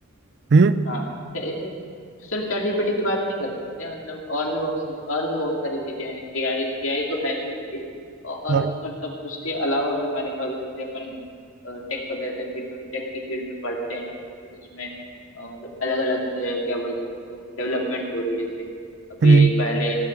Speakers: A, on the right (about 55°); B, on the left (about 65°).
A: हम्म
B: हाँ चे- चे- सिर्फ चैट जीपीटी की बात नहीं कर सकते मतलब और भी बहुत सी और भी बहुत सारी चीजें हैं एआई एआई तो है ही है ही और
A: हाँ
B: उस मतलब उसके अलावा भी हमारे पास जैसे अपन टेक वगैरह फील्ड में टेक की फील्ड में पढ़ते हैं तो फिर उसमें अ, मतलब अलग अलग क्या बोलते हैं उसको डेवलपमेंट हो रही है जैसे अभी
A: हम्म
B: पहले